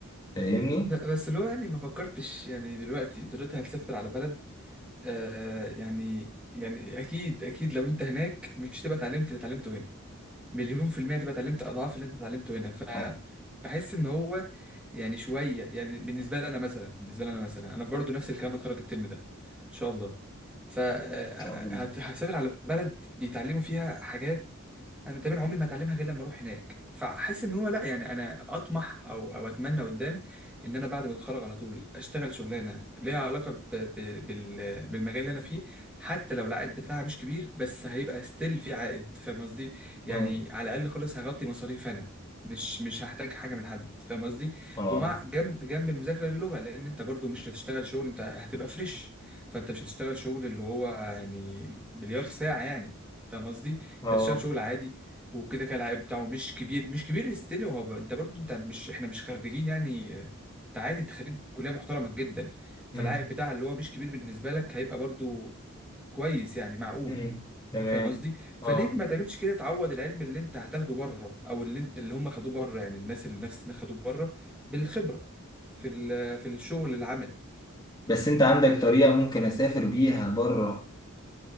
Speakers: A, on the left; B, in the centre.
A: فاهمني؟
B: لا بس اللي هو يعني ما فكرتش يعني دلوقتي دلوقتي هتسافر على بلد آه يعني يعني اكيد اكيد لو انت هناك مش تبقى اتعلمت اللي اتعلمته هنا مليون في المية تبقى اتعلمت أضعاف اللي أنت اتعلمته هنا فبحس
A: آه، إن
B: إن هو يعني شوية يعني بالنسبة لي أنا مثلا بالنسبة لي أنا مثلا أنا برضو نفس الكلام هتخرج الترم ده إن شاء الله فهسافر
A: شاء الله.
B: على بلد بيتعلموا فيها حاجات أنا تقريبا عمري ما هتعلمها غير لما أروح هناك فحس إن هو لأ يعني أنا أطمح أو أو أتمنى قدام إن أنا بعد ما أتخرج على طول أشتغل شغلانة ليها علاقة ب... ب... بال... بالمجال اللي أنا فيه حتى لو العائد بتاعها مش كبير بس هيبقى ستيل في عائد فاهم قصدي؟ يعني
A: اه
B: على الاقل خالص هغطي مصاريف انا مش مش هحتاج حاجه من حد فاهم قصدي
A: اه
B: ومع جنب جنب المذاكره للغه لان انت برضو مش هتشتغل شغل انت هتبقى فريش فانت مش هتشتغل شغل اللي هو يعني مليار ساعه يعني فاهم قصدي انت
A: اه
B: هتشتغل شغل عادي وكده كده العائد بتاعه مش كبير مش كبير ستيل هو ب- انت برضو انت مش احنا مش خريجين يعني آه، انت عادي انت خريج كليه محترمه جدا فالعائد
A: مم.
B: بتاعها اللي هو مش كبير بالنسبه لك هيبقى برضو كويس يعني معقول
A: مم. تمام
B: فاهم قصدي فليه
A: اه
B: ما تعملش كده تعوض العلم اللي انت هتاخده بره او اللي انت اللي هم خدوه بره يعني الناس اللي نفس الناس خدوه بره بالخبره في ال- في الشغل العملي
A: بس انت عندك طريقة ممكن اسافر بيها بره